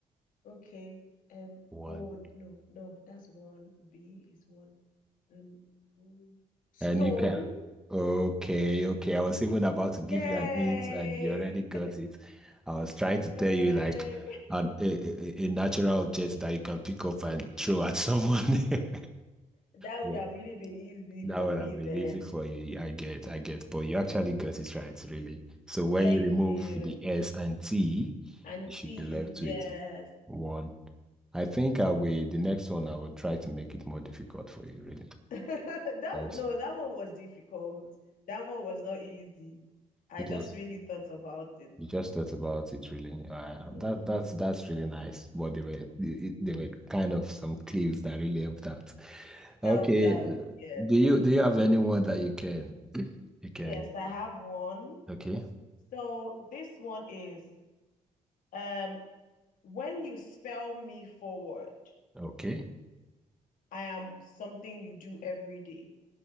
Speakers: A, on the left; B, in the centre.
A: okay, um,
B: One.
A: bone. No, no, that's one. B is one. Um, mm, stone.
B: And you can. Okay, okay. I was even about to give
A: Yay!
B: you an hint, and you already got it. I was trying to
A: Yay!
B: tell you like an, a, a, a natural object that you can pick up and throw at someone. <laughs>
A: That would
B: Yeah,
A: have really been easy
B: that
A: for
B: would
A: me
B: have been
A: then.
B: easy for you. I get, I get. But you actually got it right, really. So when
A: Thank
B: you remove
A: you,
B: the S and T,
A: Auntie.
B: you should be left
A: Yes.
B: with one. I think I will. The next one, I will try to make it more difficult for you, really,
A: <laughs> that
B: because
A: no, that one was difficult. That one was not easy. I
B: it
A: just
B: was
A: really thought about it.
B: You just thought about it really. Uh,
A: Mm-hmm.
B: that that's that's really nice. But there were it- there were kind of some clues that really helped out. Okay,
A: Helped out.
B: uh,
A: Yes.
B: do you do you have anyone that you can you can?
A: Yes, I have one.
B: Okay,
A: So this one is um when you spell me forward,
B: okay.
A: I am something you do every day.